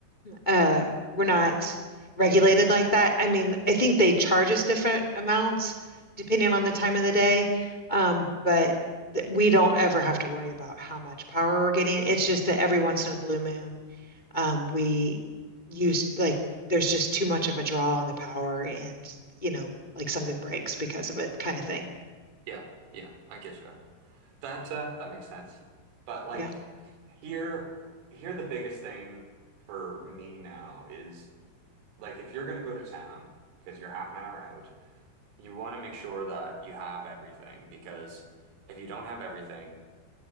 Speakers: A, on the left; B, on the right.
A: uh we're not regulated like that. I mean, I think they charge us different amounts depending on the time of the day. Um, but th- we don't ever have to worry about how much power we're getting. It's just that every once in a blue moon, um, we use like there's just too much of a draw on the power and, you know, like something breaks because of it kind of thing.
B: Yeah, yeah, I get you. That uh, that makes sense. But like
A: Yeah.
B: here, here the biggest thing for me now is like if you're gonna go to town because you're half an hour out, you want to make sure that you have everything because if you don't have everything